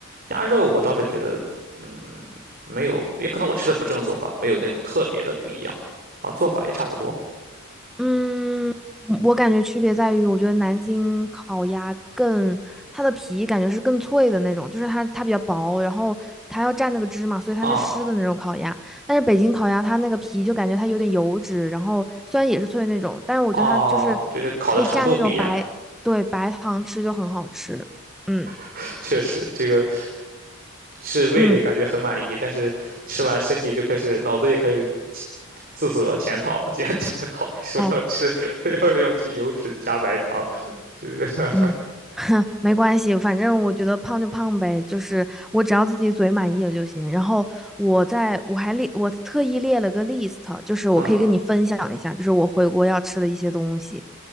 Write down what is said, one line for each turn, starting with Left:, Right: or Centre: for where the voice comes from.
Right: 鸭肉，我倒是觉得，嗯，没有，也可能我吃的不正宗吧，没有那种特别的不一样啊，做法也差不多
Centre: 嗯，我感觉区别在于，我觉得南京烤鸭更，它的皮感觉是更脆的那种，就是它它比较薄，然后它要蘸那个汁嘛，所以它是湿的那种烤鸭。
Right: 啊。
Centre: 但是北京烤鸭它那个皮就感觉它有点油脂，然后虽然也是脆的那种，但是我觉得它就是
Right: 哦，就是烤的程度不一样，
Centre: 可以蘸那种白，对，白糖吃就很好吃。嗯
Right: <laughs> 确实，这个是味蕾感觉很满意，
Centre: 嗯。
Right: 但是吃完身体就开始脑子也开始自责检讨检检讨 <laughs>，说要吃
Centre: 哦。
Right: <laughs> 要要吃油脂加白糖，是 <laughs>
Centre: 嗯，哼，没关系，反正我觉得胖就胖呗，就是我只要自己嘴满意了就行。然后我在我还列，我特意列了个 list，就是我可以跟你分享一下，
Right: 嗯，
Centre: 就是我回国要吃的一些东西。